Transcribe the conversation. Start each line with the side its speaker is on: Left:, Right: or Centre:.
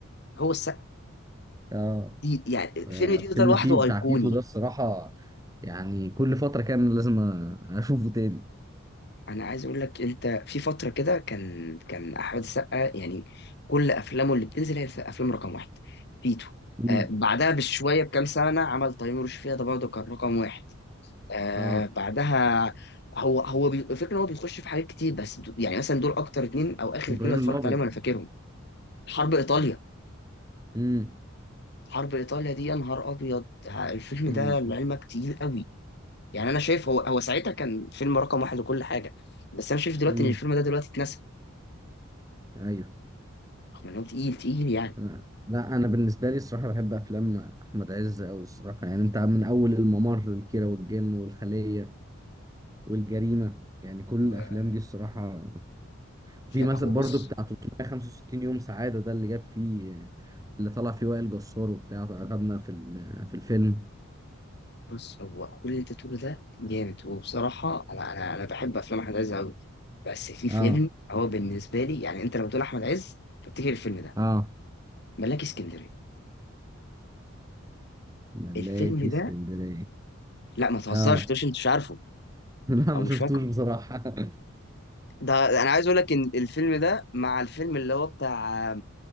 Left: هو السقا
Right: اه
Left: دي يعني الفيلم
Right: آه،
Left: دي
Right: فيلم
Left: ده لوحده
Right: تي بتاع
Left: ايقوني
Right: تيتو ده الصراحة يعني كل فترة كان لازم أ- أشوفه تاني
Left: انا عايز اقول لك انت في فتره كده كان كان احمد السقا يعني كل افلامه اللي بتنزل هي افلام رقم واحد تيتو
Right: امم
Left: آه بعدها بشويه بكام سنه عمل تيمور وشفيقة ده برضه كان رقم واحد آه
Right: اه
Left: بعدها هو هو بي- الفكره ان هو بيخش في حاجات كتير بس دو- يعني مثلا دول اكتر اتنين او اخر
Right: إبراهيم
Left: اتنين اللي
Right: الأبيض
Left: اتفرجت عليهم انا فاكرهم حرب ايطاليا
Right: امم
Left: حرب ايطاليا دي يا نهار ابيض ها، الفيلم
Right: امم
Left: ده لعلمك تقيل قوي يعني انا شايف هو هو ساعتها كان فيلم رقم واحد وكل حاجه بس انا شايف دلوقتي
Right: امم
Left: ان الفيلم ده دلوقتي اتنسى
Right: أيوه
Left: خلانه تقيل تقيل يعني
Right: لا. لا أنا بالنسبة لي الصراحة بحب أفلام أحمد عز أوي الصراحة يعني أنت من أول الممر الكيرة والجن والخلية والجريمة يعني كل
Left: و-
Right: الأفلام دي الصراحة في
Left: لا
Right: مثلا
Left: هو بص
Right: برضو بتاع 365 يوم سعادة ده اللي جاب فيه اللي طلع فيه وائل جسار وبتاع أخدنا في ال- في الفيلم
Left: بص هو كل اللي انت تقوله ده جامد وبصراحة أنا أنا أنا بحب أفلام أحمد عز أوي بس في فيلم
Right: اه
Left: هو بالنسبة لي يعني أنت لما تقول أحمد عز تفتكر الفيلم ده
Right: اه
Left: ملاك اسكندرية
Right: ملاكي
Left: الفيلم
Right: اسكندرية
Left: ده لا ما تهزرش
Right: اه
Left: مش أنت مش عارفه
Right: <laughs> لا ما
Left: أو مش
Right: شفتوش
Left: فاكره
Right: بصراحة <laughs>
Left: ده ده أنا عايز أقول لك إن الفيلم ده مع الفيلم اللي هو بتاع